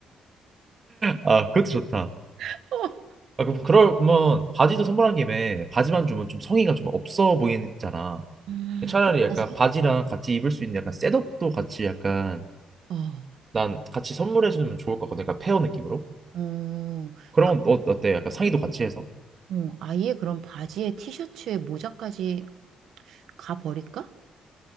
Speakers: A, on the right; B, on the right.
A: 아 그것도 좋다.
B: <laughs> 어.
A: 아, 그럼 그럴 거면 바지도 선물한 김에 바지만 주면 좀 성의가 좀 없어 보이잖아.
B: 음,
A: 차라리 약간
B: 바지?
A: 바지랑 같이 입을 수 있는 약간 셋업도 같이 약간
B: 어.
A: 난 같이 선물해 주면 좋을 것 같거든. 약간 페어 느낌으로.
B: 어,
A: 그럼
B: 그,
A: 어, 어때? 약간 상의도 같이 해서.
B: 어, 아예 그럼 바지에 티셔츠에 모자까지 가 버릴까?